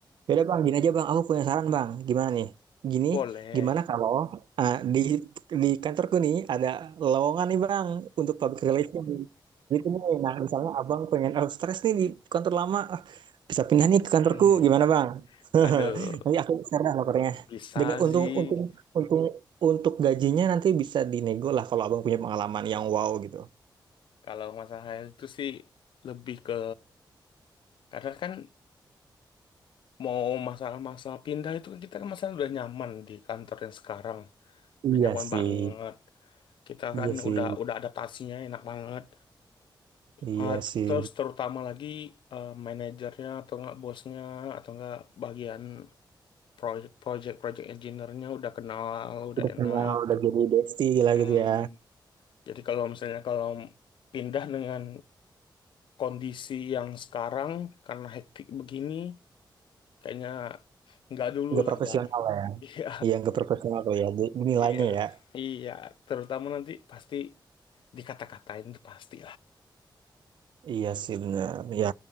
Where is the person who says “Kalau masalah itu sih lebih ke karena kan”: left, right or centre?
Left